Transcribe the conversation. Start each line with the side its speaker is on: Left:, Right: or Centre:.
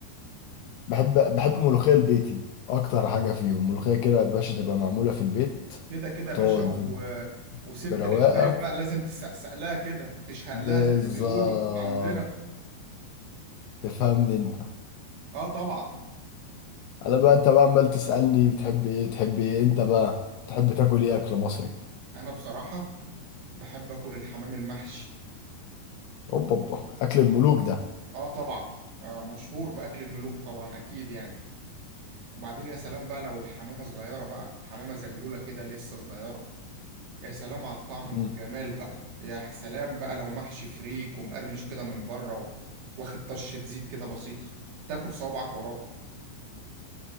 Left: بحب بحب ملوخية البيتي اكتر حاجة فيهم ملوخية كده يا باشا تبقى معمولة في البيت
Right: كده كده يا
Left: تقعد
Right: باشا و... وست
Left: برواقة
Right: الحبايب بقى لازم تسقسق لها كده تشهق
Left: بالظبط
Right: لها زي ما بيقولوا عندنا في...
Left: تفهمني انت
Right: اه طبعا
Left: انا بقى انت بقى عمال تسألني بتحب ايه تحب ايه انت بقى تحب تاكل ايه اكل مصري
Right: انا بصراحة بحب اكل الحمام المحشي
Left: اوبا اوبا اكل الملوك ده
Right: اه طبعا آه مشهور باكل الملوك طبعا اكيد يعني وبعدين يا سلام بقى لو الحمامة صغيرة بقى حمامة زغلولة كده لسه صغيرة يا سلام على الطعم والجمال
Left: مم.
Right: بقى يا ح- سلام بقى لو محشي فريك ومقرمش كده من بره و... واخد طشة زيت كده بسيطة تاكل صوابعك وراه